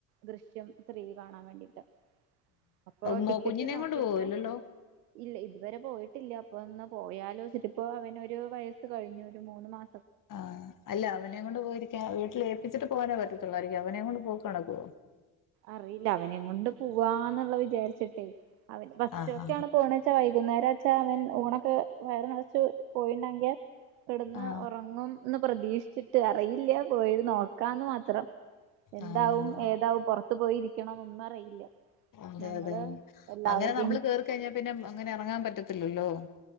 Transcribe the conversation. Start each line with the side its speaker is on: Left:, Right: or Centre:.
Right: ദൃശ്യം ത്രീ കാണാൻ വേണ്ടിട്ട് അപ്പൊ
Left: ഉം
Right: ടിക്കറ്റ്
Left: കുഞ്ഞിനേം
Right: നോക്കിയപ്പോ
Left: കൊണ്ട് പോവല്ലല്ലോ
Right: ഇല്ല ഇത് പോയിട്ടില്ല അപ്പ ഒന്ന് പോയാലോ എന്നിട്ടിപ്പ അവന് ഒരു വയസ്സ് കഴിഞ്ഞു ഒരു മൂന്ന് മാ
Left: ആഹ് അല്ല അവനെയും കൊണ്ട് പോയിരിക്കാ വീട്ടിൽ ഏൽപ്പിച്ചിട്ട് പോകാനേ പറ്റ ത്തൊള്ളാരിക്കും അവനേം കൊണ്ട് പോക്ക് നടക്കോ?
Right: അറിയില്ല അവനേം കൊണ്ട് പോവാന്നിള്ള വിചാരിച്ചട്ടെ. അവൻ വസറ്റുവൊക്കെയാണ്
Left: ആഹ്
Right: പോണെച്ചാ വൈകുന്നേരച്ചാ അവൻ ഊണൊക്കെ വയറ് നിറച്ച് പോയിണ്ടെങ്കി കിടന്ന്
Left: ആഹ്
Right: ഒറങ്ങും. ഒന്ന് പ്രതീക്ഷിച്ചിട്ട് അറിയില്ല പോയത് നോക്കാന്ന് മാത്രം എന്താവും
Left: ആഹ് ആഹ്
Right: ഏതാവും പൊറ ത്ത് പോയിരിക്കണം ഒന്നും അറിയില്ല
Left: അതെ
Right: ഞങ്ങള്
Left: അതെ
Right: എല്ലാവർക്കും
Left: അങ്ങനെ നമ്മള് കേറി കഴിഞ്ഞാ പിന്നെ അങ്ങനെ എറങ്ങാൻ പറ്റ ത്തില്ലല്ലോ